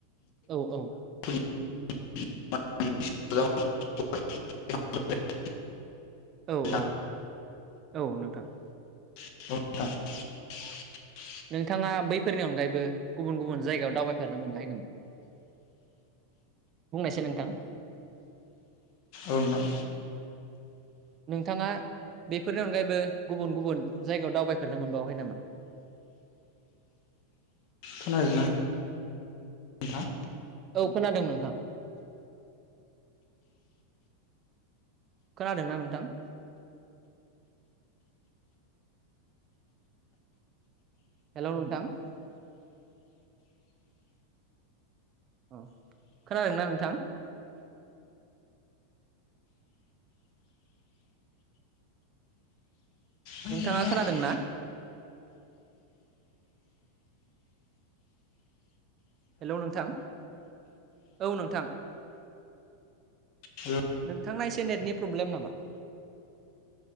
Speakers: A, on the right (about 30°); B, on the left (about 50°).
A: औ औ
B: <unintelligible>
A: औ
B: लोगोसेनो
A: औ औ नोंथां
B: <unintelligible>
A: नोंथाङा बैफोरनि अनगायैबो गुबुन गुबुन जायगायाव दावबायफेरनो मोनबाय नामा? बुंनायसै नोंथां।
B: औ नोंथां
A: नोंथाङा बेफोरनि अनगायैबो गुबुन गुबुन जायगायाव दावबाय फेरनो मोनबावाखै नामा?
B: खोनादोंना नोंथां?
A: औ खोनादों नोंथां। खोनादोंना नोंथां? हेल' नोंथां अ खोनादोंना नोंथां?
B: आंनिब्लाखै
A: नोंथाङा खोनादों ना? हेल नोंथां औ नोंथां
B: हेल'
A: नोंथांना एसे नेटनि प्रब्लेम नामा